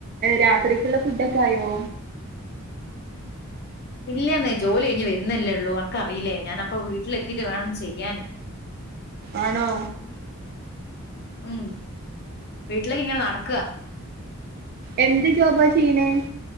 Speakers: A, on the right (about 45°); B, on the left (about 50°).
A: രാത്രിക്കുള്ള ഫുഡൊക്കെ ആയോ
B: ഇല്ലാന്നേ ജോലി കഴിഞ്ഞ് വരുന്നല്ലേള്ളൂ അനക്കറീല്ലേ ഞാന അപ്പ വീട്ടിലെത്തിയിട്ട് വേണം ചെയ്യാന് <inaudible>
A: ആണോ
B: ഉം വീട്ടിലേക്ക് ഇങ്ങനെ നടക്കുക
A: എന്ത് ജോബ ചെയ്യണേ